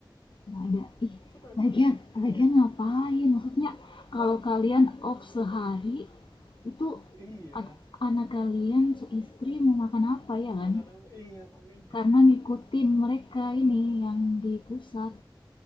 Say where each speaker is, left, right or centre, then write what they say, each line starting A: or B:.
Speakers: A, on the left; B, on the left.
A: Nggak ada. Ih,
B: <laughs> Kota gue
A: lagian
B: nggak ada.
A: lagian
B: Iya,
A: ngapain? Maksudnya
B: malah
A: kalau kalian off sehari itu
B: iya.
A: ad- anak kalian istri mau makan apa ya kan?
B: Makan apa? <laughs> Iya, makanya.
A: karena ngikutin mereka ini yang di pusat